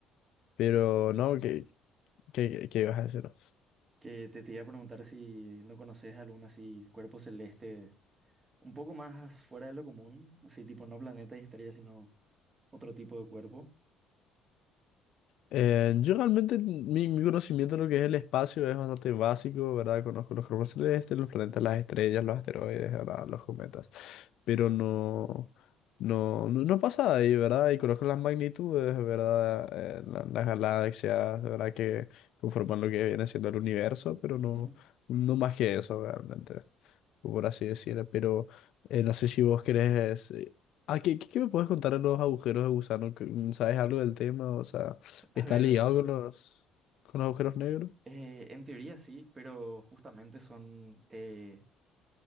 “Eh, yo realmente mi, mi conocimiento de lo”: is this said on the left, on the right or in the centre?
Left